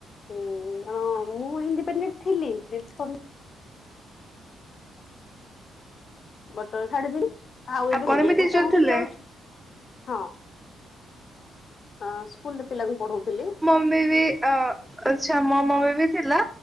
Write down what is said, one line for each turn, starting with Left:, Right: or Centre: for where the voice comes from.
Left: ଉଁ ମୁଁ ଇଣ୍ଡିପେଣ୍ଡେଣ୍ଟ ଥିଲି <inaudible> ବଢେ ତିନ ଆଉ ଏବେ
Centre: ଆପଣ
Left: କରିଆକୁ
Centre: ବି ଟିଚର
Left: ଚାହୁଁଛି
Centre: ଥିଲେ?
Left: ଯାଉଛି। ହଁ ହ ସ୍କୁଲରେ ପିଲାଙ୍କୁ ପଢଉଥିଲି।
Centre: ମେ ବି ଆ ସାମ୍ ମ୍ ବେବି ଥିଲା।